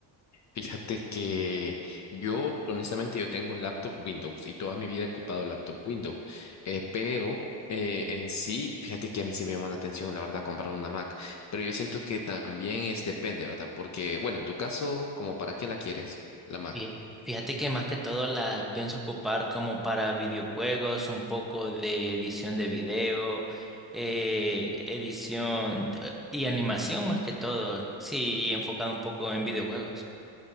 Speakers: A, on the left; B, in the centre.
A: Fíjate que yo, honestamente, yo tengo laptop Windows y toda mi vida he ocupado laptop Windows, Eh, pero eh, en sí, fíjate que a mí sí me llama la atención, la verdad, comprar una Mac, pero yo siento que también es depende, ¿verdad? Porque, bueno, en tu caso, ¿como para qué la quieres, la Mac?
B: Fí- Fíjate que más que todo la pienso ocupar como para videojuegos, un poco de edición de video, eh, edición eh, y animación más que todo. Sí, enfocado un poco en videojuegos.